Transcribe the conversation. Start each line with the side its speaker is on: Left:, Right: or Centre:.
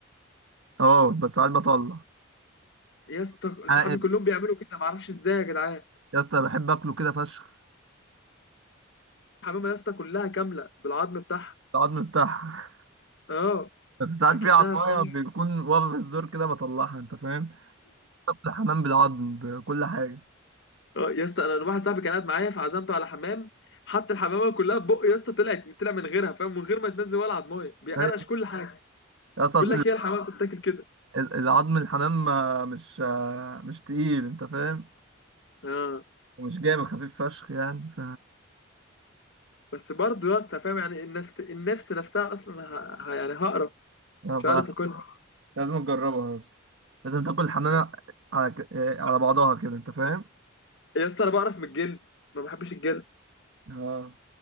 Right: اه بس ساعات بطلع
Left: يا اسطى
Right: عائد
Left: صحابي كلهم بيعملوا كده معرفش ازاي يا جدعان
Right: يا اسطى بحب اكله كده فشخ
Left: حمامه يا اسطى كلها كامله بالعظم بتاعها
Right: العظم بتاعها
Left: اه
Right: <laughs> بس ساعات
Left: اكنها
Right: في عضمايه
Left: فاهم
Right: بيكون واقفه في الزور كده بطلعها انت فاهم طب الحمام بالعظم بكل حاجه
Left: اه يا اسطى انا واحد صاحبي كان قاعد معايا فعزمته على حمام حط الحمامه كلها في بقه يا اسطى طلعت طلع من غيرها فاهم من غير ما تنزل ولا عضمايه بيقرقش
Right: أيوة.
Left: كل حاجه
Right: يا اسطى
Left: بيقول
Right: أصل
Left: لك هي الحمامه بتتاكل كده
Right: ال- العظم الحمام آه، مش آه، مش تقيل انت فاهم
Left: اه
Right: ومش جامد خفيف فشخ يعني ف
Left: بس برضه يا اسطى فاهم يعني النفس النفس نفسها اصلا ه... ه... يعني هقرف
Right: آه،
Left: مش
Right: ف
Left: هعرف اكلها
Right: لازم تجربها اصلا لازم تاكل الحمامة على ك... آه، على بعضها كده انت فاهم
Left: يا اسطى انا بقرف من الجلد ما بحبش الجلد
Right: اه